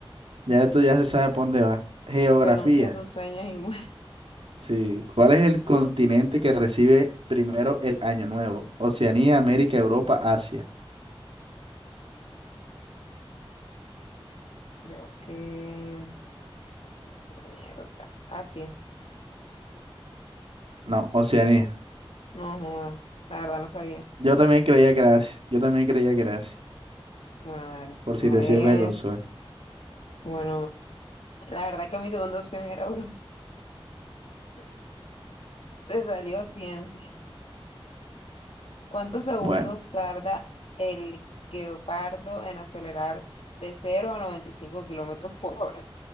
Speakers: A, on the right; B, on the left.
A: Ya esto ya se sabe por dónde va. Geografía.
B: Renuncia a tus sueños y <laughs> muere.
A: Sí. ¿Cuál es el continente que recibe primero el Año Nuevo? Oceanía, América, Europa, Asia.
B: Creo que... Mierda. Así es.
A: No, Oceanía.
B: No, joda, la verdad no sabía.
A: Yo también creía que era Asia. Yo también creía que era Asia.
B: Bueno, dale.
A: Por
B: A
A: si te
B: ver.
A: sirve de consuelo.
B: Bueno, la verdad que mi segunda opción era Europa. <laughs> Te salió ciencia. ¿Cuántos segundos
A: Bueno.
B: tarda el guepardo en acelerar de cero a 95 kilómetros por hora?